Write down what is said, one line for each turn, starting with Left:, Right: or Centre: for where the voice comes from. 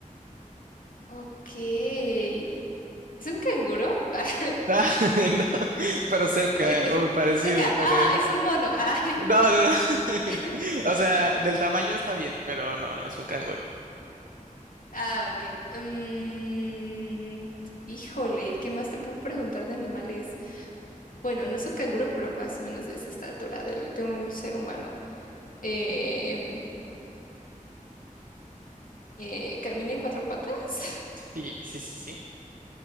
Left: Ok. ¿Es un canguro? <laughs>
Right: Ah, no, pero cerca,
Left: Eh,
Right: eh,
Left: eh,
Right: o parecido,
Left: Cerca.
Right: pero...
Left: Ah, es un mono. Ah,
Right: No, no, no. <laughs>
Left: <laughs>
Right: O sea, del tamaño está bien, pero no, no, es un canguro.
Left: ah, ok. Mm, híjole, ¿qué más te puedo preguntar de animales? Bueno, no es un canguro, pero más o menos de esa estatura del- de, un ser humano. Em, eh, ¿camina en cuatro patas?
Right: Sí, sí, sí, sí.